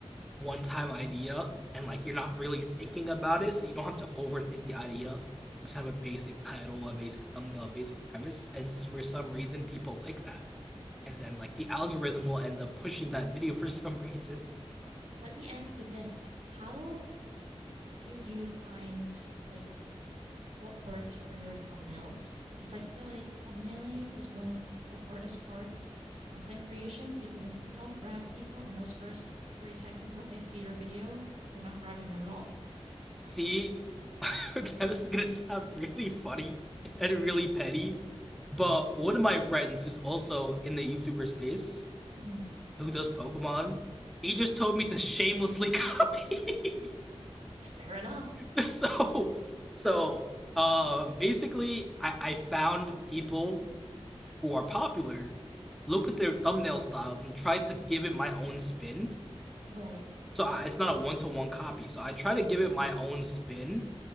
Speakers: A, in the centre; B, on the right.
A: one time idea and like you're not really thinking about it, so you don't have to overthink the idea. You just have a basic title, a basic thumbnail, a basic premise, and for some reason people like that. And then like the algorithm will end up pushing that video for <laughs> some reason.
B: Let me ask you this How do you find like what works for your thumbnails? Because I feel like thumbnailing is one of the hardest parts of content creation because if you don't grab people in those first three seconds that they see your video, you're not grabbing them at all.
A: See, <laughs> this is gonna sound really funny and really petty, but one of my friends who's also in the YouTuber space,
B: hmm
A: who does Pokemon, he just told me to shamelessly copy. <laughs>
B: Fair enough.
A: <laughs> so so uh, basically I, I found people who are popular looked at their thumbnail styles and tried to give it my own spin
B: Right.
A: so I, it's not a one-to-one copy so i try to give it my own spin